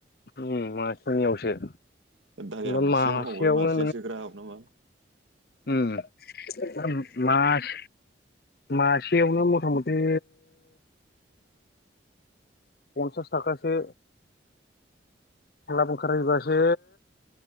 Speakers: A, on the left; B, on the right.
A: उम मासेनियावसो
B: दारिया
A: ओमफ्राय
B: मासेयाव
A: मासेयावनो
B: हबाय मासेयासो ग्राब नामा?
A: होम मास मासेयावनो मथा मथि पन्सास थाखासो लाब ओंखारहैबासो